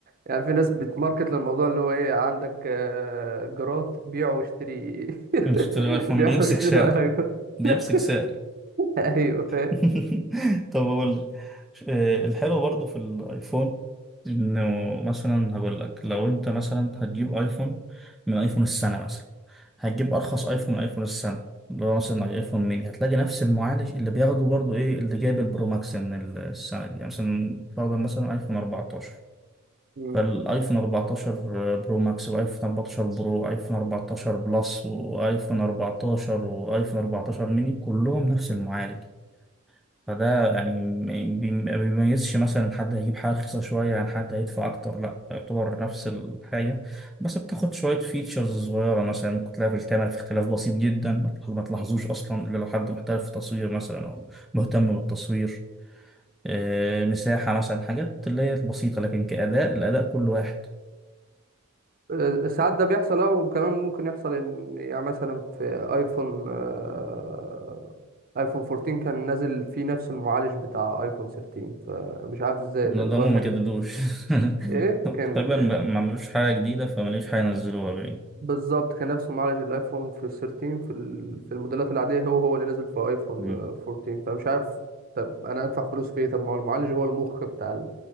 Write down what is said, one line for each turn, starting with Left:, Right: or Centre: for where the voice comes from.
Right: يعني في ناس بتماركت للموضوع اللي هو ايه عندك آه، جرات بيع واشتري
Centre: مش
Right: <laughs>
Centre: تشتري ايفون
Right: بيع
Centre: بيمسك
Right: واشتري
Centre: سعر
Right: على الايفون <laughs>
Centre: بيمسك
Right: لا
Centre: سعر
Right: ايوه فاهم
Centre: <laughs> طب اقول لك آه، الحلو برضو في الايفون انه مثلا هقول لك لو انت مثلا هتجيب ايفون من ايفون السنه مثلا هتجيب ارخص ايفون من ايفون السنه اللي هو مثلا ايفون ميني هتلاقي نفس المعالج اللي بياخده برضو ايه اللي جايب البرو ماكس من السنه دي يعني مثلا فرضا مثلا ايفون 14
Right: مم.
Centre: فالايفون 14 برو ماكس وايفون 14 برو وايفون 14 بلس وايفون 14 وايفون 14 ميني كلهم نفس المعالج فده يعني م- بي- ما بيميزش مثلا حد هيجيب حاجة رخيصة شوية عن حد هيدفع أكتر لأ يعتبر نفس الحاجة بس بتاخد شوية فيتشرز صغيرة مثلا ممكن تلاقي في الكاميرا في اختلاف بسيط جدا ما تلاحظوش أصلا إلا لو حد محترف في التصوير مثلا أو مهتم بالتصوير آه، مساحة مثلا حاجات اللي هي البسيطة لكن كأداء الأداء كل واحد
Right: آه، ساعات ده بيحصل اه وكمان ممكن يحصل ان يعني مثلا في ايفون آه، ايفون 14 كان نازل فيه نفس المعالج بتاع ايفون 13 فمش عارف ازاي
Centre: نظامهم
Right: ده اللي هو كان
Centre: ما جددوش <laughs>
Right: ايه كان
Centre: تقريبا ما ما عملوش حاجة جديدة فما لقوش حاجة ينزلوها بقى
Right: بالظبط كان نفس معالج الايفون في 13 في ال- في الموديلات العاديه هو هو اللي نزل في ايفون
Centre: مم.
Right: آه، 14 فمش عارف طب انا هدفع فلوس في ايه طب ما هو المعالج هو المخ بتاع ال...